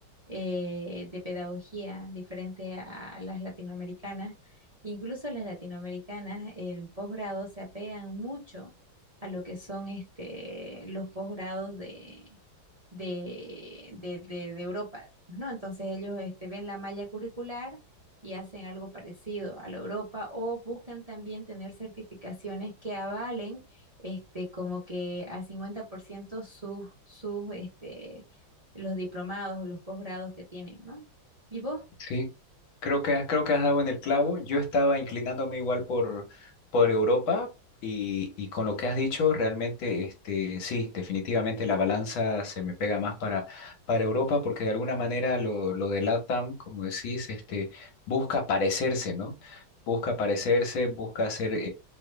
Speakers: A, on the right; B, on the left.
A: eh, de pedagogía diferente a las latinoamericanas. Incluso las latinoamericanas en posgrado se apegan mucho a lo que son este, los posgrados de, de, de- de- de Europa, ¿no? Entonces ellos este, ven la malla curricular y hacen algo parecido a la Europa o buscan también tener certificaciones que avalen este, como que al 50% sus, sus, este, los diplomados o los posgrados que tienen, ¿no? ¿Y vos?
B: Sí, Creo que, creo que has dado en el clavo. Yo estaba inclinándome igual por, por Europa y, y con lo que has dicho, realmente, este, sí, definitivamente la balanza se me pega más para, para Europa porque de alguna manera lo, lo de LATAM, como decís, este, busca parecerse, ¿no? Busca parecerse, busca ser eh,